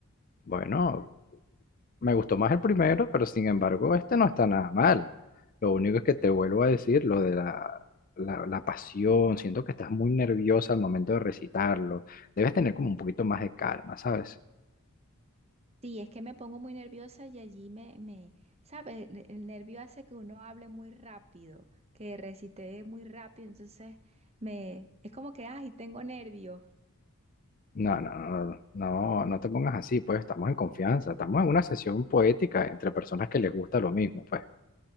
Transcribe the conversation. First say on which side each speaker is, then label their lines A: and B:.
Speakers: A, on the left; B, on the right.
A: Bueno, me gustó más el primero, pero sin embargo, este no está nada mal. Lo único es que te vuelvo a decir lo de la, la, la pasión. Siento que estás muy nerviosa al momento de recitarlo. Debes tener como un poquito más de calma, ¿sabes?
B: Sí, es que me pongo muy nerviosa y allí me, me, ¿sabes? El el nervio hace que uno hable muy rápido, que recite muy rápido, entonces me, es como que, ay, tengo nervio.
A: No, no, no, no, no te pongas así, pues estamos en confianza. Estamos en una sesión poética entre personas que les gusta lo mismo, pues.